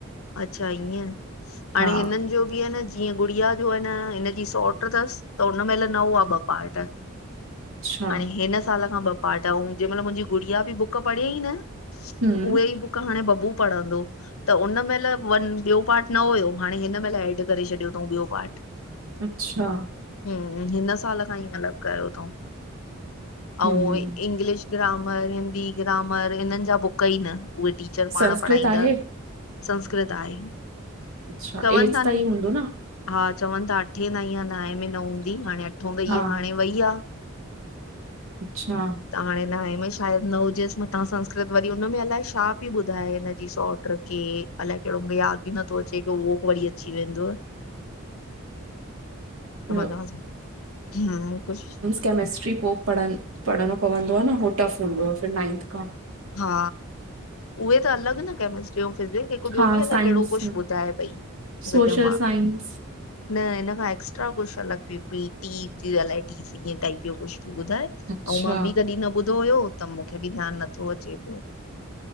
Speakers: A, on the left; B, on the right.
A: अच्छा ईअं, हाणे
B: हा
A: हिननि जो बि आ न ईंय गुड़िया जो आ न हिन जी सोरट् थसि त हुन महिल न हुआ ॿ पार्ट।
B: अच्छा
A: हाणे हिन साल खां ॿ पार्ट अए जंहिं महिल मुंहिंजी गुड़िया बि बुक बुक् पॾयइ न,
B: हम्म
A: उहे ही बुक हाण बॅबु पढ़ंधो त उन महेल वन ॿियो पार्ट न हुयो हाणे हिन मल ऐड करे छॾियो अथऊं ॿियो पार्ट।
B: अच्छा।
A: हं, हिन साल खां ई मतलब कयो अथऊं
B: हम्म
A: आऊ इंग्लिश। ग्रामर हिंदी ग्रामर हिनन जा बुक ई न उहे टीचर पाण
B: संस्कृत
A: पढ़ाईंदा
B: आहे
A: संस्कृत आहे
B: अच्छा
A: चवन
B: एट्थ
A: था।
B: ताईं हूंदो न
A: हा चवन था अठे ताईं आहे नाए में न हूंदी हाणे अठो तई
B: हा
A: आहे हाणे वई आ।
B: अच्छा।
A: त हाणे न हे में शायद न हुजेस म तां संस्कृत वरी हुनमें अलाए छा पई ॿुधाए हिनजी सोट। तकी। अलाए केहॾो ब्या बि नथो अचे के उहो वरी अची वेंदो।
B: ॿियो
A: वान्न्या सी, हं कास।
B: कैमिस्ट्री पो पढ़ पढ़णो पवंदो आ न हो टफ हूंदो आहे फिर नाइंथ खां।
A: हा उहे त अलॻ न केमिस्ट्री फिर भी। हिक ॿियो
B: हा
A: बि
B: साइंस
A: अलाए केहड़ो कुछ
B: में
A: ॿुधाए पई मूंखे
B: सोशल
A: तां।
B: साइंस
A: न हिन खां एक्स्ट्रा कुछ अलॻ पी टी थ्यो अलाए टी सी भई ब्यो कुछ ॿुधाए।
B: अच्छा
A: आऊ मां बि कॾहिं न ॿुधो हुयो त मूंखे बि ध्यान नथो अचे पयो।